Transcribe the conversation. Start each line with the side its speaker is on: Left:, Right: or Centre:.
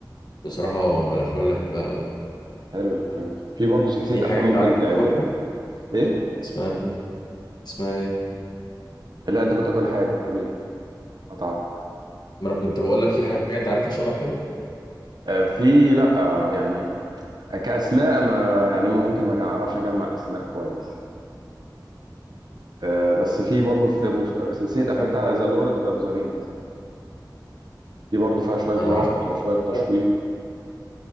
Left: بصراحة من الأفلام اللي بحبها أوي
Right: حلو الافلام ده في برضه سلسله
Left: في حاجة
Right: افلام
Left: أنت
Right: ممكن
Left: عارفها
Right: تعجبك
Left: شبه كده؟ بقى
Right: ايه
Left: اسمها اسمها إيه؟
Right: لا انت كنت هتقول حاجه تقول ايه قطعتك
Left: ما انا كنت بقول لك في حاجه انت عارفها شبه كده
Right: آه في لا آه يعني كأسماء ما يعني ممكن ما أعرفش أجمع أسماء كويس آه، بس في برضه في مس- سلسلة أفلام
Left: عارف-
Right: بتاع ذا لورد أوف ذا رينجز يعني ممكن دي برضه فيها شوية
Left: انا
Right: رعب
Left: عارف
Right: على شوية تشويق
Left: ده.